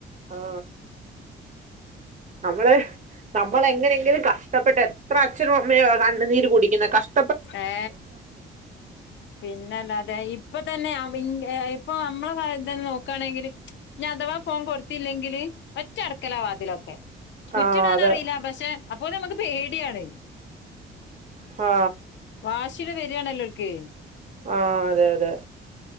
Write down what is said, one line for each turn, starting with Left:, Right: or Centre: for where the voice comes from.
Right: ആ നമ്മള് നമ്മളെങ്ങനെയെങ്കിലും കഷ്ടപ്പെട്ട് എത്ര അച്ഛനും അമ്മയൊ കണ്ണ് നീര് കുടിക്കുന്നെ കഷ്
Left: ഏ പിന്നെല്ലാതെ ഇപ്പ തന്നെ ഇപ്പന്റെ ഇപ്പൊ മ്മളെ കാര്യം തന്നെ നോക്കുണെങ്കില് ഞ്ഞ് അതവാ ഫോൺ കൊടുത്തില്ലെങ്കില് ഒറ്റ അടക്കലാവാ തിലൊക്കെ കുറ്റി
Right: ആഹ്
Left: ഇടാനറിയില്ല
Right: അതെ
Left: പഷെ അപ്പൊ നമുക്ക് പേടിയാണ്
Right: ആ
Left: വാഷി വെരി ആണ്ല്ലോ ഓൽക്ക്
Right: ആ അതെ അതെ